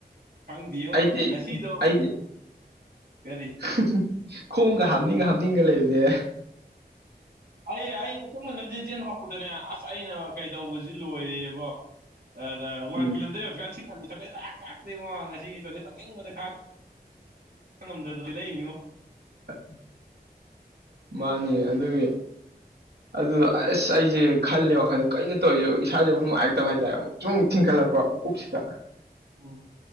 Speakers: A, on the right; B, on the right.
A: ꯈꯪꯗꯦꯉꯣ
B: ꯑꯩꯗꯤ
A: ꯉꯁꯤꯗꯣ
B: ꯑꯩꯗꯤ
A: ꯀꯔꯤ
B: <unintelligible> ꯈꯣꯡꯒ ꯍꯥꯝꯅꯤꯡ ꯍꯥꯝꯅꯤꯡꯒ ꯂꯩꯕꯅꯦ
A: ꯑꯩ ꯑꯩ <inaudible> ꯂꯝꯖꯦꯟ ꯆ‌ꯦꯟ ꯍꯧꯔꯛꯄꯗꯅꯦ ꯑꯁ ꯑꯩꯅ ꯀꯩ ꯇꯧꯕꯁꯤ ꯂꯣꯏꯔꯦꯕꯣ ꯑꯗ ꯋꯥꯟ
B: ꯎꯝ
A: ꯀꯤꯂꯣꯃꯤꯇꯔ ꯌꯧꯗ꯭ꯔꯤꯀꯥꯟ <unintelligible> ꯀꯥꯛꯇꯦꯉꯣ ꯉꯁꯤꯒꯤ ꯇꯣꯏꯂꯦꯠ ꯇꯧꯅꯤꯡꯕꯗ ꯈꯥꯡ ꯈꯥꯡꯉꯝꯗꯗꯅ ꯆ‌ꯦꯜꯂꯛꯏꯅꯤꯉꯣ
B: <unintelligible> ꯃꯥꯅ‌ꯦ ꯑꯗꯨꯒꯤ ꯑꯗꯨꯗ ꯑꯁ ꯑꯩꯖ‌ꯦ ꯈꯜꯂꯦ ꯋꯥꯈꯜꯗ ꯀꯩꯅꯣ ꯇꯧꯔꯤꯖ‌ꯦ ꯏꯁꯥꯁꯦ ꯃꯨꯛ ꯅꯨꯡꯉꯥꯏꯔꯛꯇꯕ ꯍꯥꯏꯇꯥꯔꯦ ꯑꯃꯨꯛ ꯁꯨꯝ ꯊꯤꯟꯀꯠꯂꯛꯄ ꯄꯨꯛꯁꯤꯗ
A: ꯎꯝ ꯎꯝ